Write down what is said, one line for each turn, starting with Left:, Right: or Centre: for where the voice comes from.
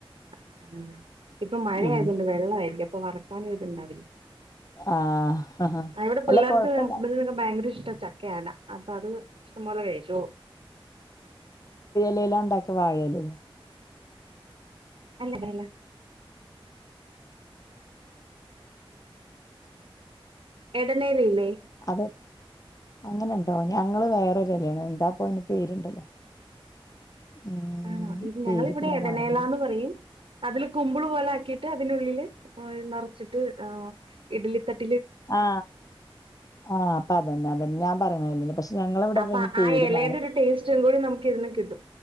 Right: ആ ഇപ്പൊ മഴ
Left: ഇന്ന്
Right: ആയതണ്ട് വെള്ള ആയിരിക്കും അപ്പൊ വറക്കാനും ഇതുണ്ടാവില്ല
Left: ആഹ്
Right: ഇവിടെ പിള്ളേർക്ക്
Left: അല്ല കൊഴപ്പല്ല
Right: ഹസ്ബൻഡിനൊക്കെ ഭയങ്കര ഇഷ്ട ഇഷ്ട ചക്കട അപ്പൊ അത് ഇഷ്ടംപലെ കഴിച്ചളും
Left: ലെല്ലാ ഉണ്ടാക്ക വാഴയില ല
Right: അല്ലത അല്ല <inaudible> എടനേല ഇല്ലേ
Left: അതെ അങ്ങനെ ഇണ്ടോ ഞങ്ങള് വേറൊരലാണ് എന്താപ്പ അന് പേരുണ്ടല്ലോ ഉം
Right: ആണോ ഇത്
Left: പേരിപ്പ
Right: ഞങ്ങ ഇവിടെ
Left: ഞാൻ
Right: എടനേലന്ന്
Left: മറന്നു
Right: പറയും അതില് കുമ്പിള് പോലെ ആക്കിയിട്ട് അതിനുള്ളിൽ നിറച്ചിട്ട് ഇഡലി തട്ട
Left: ആ ആ അപ്പൊ അതന്നെ അതന്നെ ഞാൻ പറയണ പക്ഷെ ഞങ്ങളവിടെ
Right: അപ്പൊ
Left: പേര്
Right: ആ ഇലയുടെ
Left: മാറി
Right: ഒരു ടേസ്റ്റും കൂടി നമുക്ക് ഇതിന് കിട്ടും